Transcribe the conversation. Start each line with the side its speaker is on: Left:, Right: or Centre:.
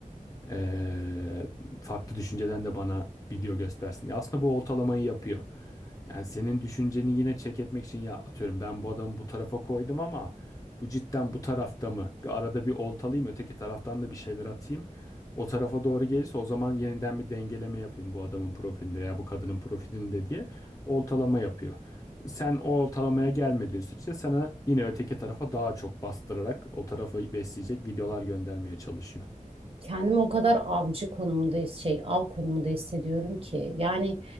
Left: e, farklı düşünceden de bana video göstersin. Ya aslında bu oltalamayı yapıyor. Yani senin düşünceni yine çek etmek için ya atıyorum ben bu adamı bu tarafa koydum ama bu cidden bu tarafta mı? Bir arada bir oltalayayım öteki taraftan da bir şeyler atayım. O tarafa doğru gelirse o zaman yeniden bir dengeleme yapayım bu adamın profilinde veya bu kadının profilinde diye oltalama yapıyor. Sen o ortalamaya gelmediğin sürece sana yine öteki tarafa daha çok bastırarak o tarafı besleyecek videolar göndermeye çalışıyor.
Right: Kendimi o kadar avcı konumunda his- şey av konumunda hissediyorum ki yani